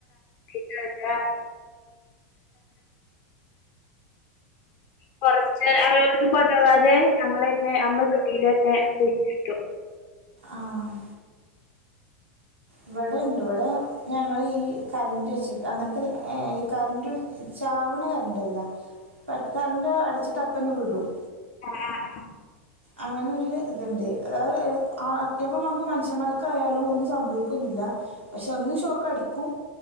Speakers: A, on the left; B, on the right.
A: ഉ ആറ ഫോറസ്റ്റ് അവയോ ഒന്നും കൊണ്ടു പോവാതെ ഞങ്ങൾ തന്നെ അമ്മ തൊടിൽ തന്നെ കുഴിച്ചിട്ടു
B: ആ ഇവിടെ ഇണ്ട് ഇവിടെ ഞങ്ങ ഈ കറന്റ രക്ഷ അങ്ങനത്തെ ഈ കറന്റ ചവിണ കറണ്ട്ല്ല പ കറണ്ട് അടിച്ചിട്ട അപ്പന വിടും
A: ആഹ് ആഹ്ഹ്
B: അങ്ങനെൊ ഒരു ഇതുണ്ട് അതായത്പ്പം നമക്ക് മനുഷ്യന്മാർക്കായാലും ഒന്ന് സംഭവിക്ക ഒന്നുമല്ല പക്ഷെ ഒന്നും ഷോക്ക് അടിക്കും